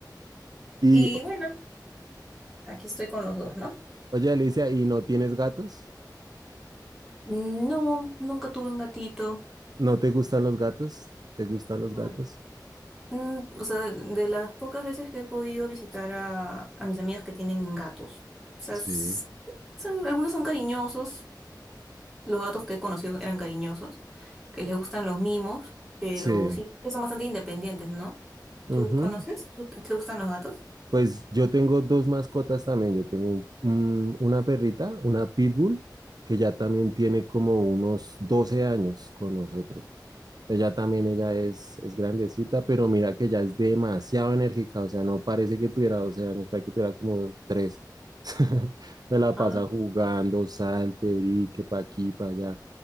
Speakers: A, on the right (about 60°); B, in the centre.
A: Y,
B: Y bueno, aquí estoy con los dos, ¿no?
A: oye, Alicia, ¿y no tienes gatos?
B: No, nunca tuve un gatito.
A: ¿No te gustan los gatos? ¿Te gustan los
B: Mm.
A: gatos?
B: Mm, o sea, de, de las pocas veces que he podido visitar a, a mis amigas que tienen gatos. O sea,
A: Sí.
B: s- son, algunos son cariñosos, los gatos que he conocido eran cariñosos, que les gustan los mimos, pero
A: Sí.
B: sí, que son bastante independientes, ¿no?
A: Ujú.
B: ¿Tú conoces? ¿Tú- te, te gustan los gatos?
A: Pues yo tengo dos mascotas también. Yo tengo un- una perrita, una pitbull, que ya también tiene como unos 12 años con nosotros. Ella también, ella es, es grandecita, pero mira que ella es demasiado enérgica, o sea, no parece que tuviera 12 años, parece que tuviera como tres <laughs> Se la
B: Ah,
A: pasa jugando, salte, brique, pa' aquí, pa' allá.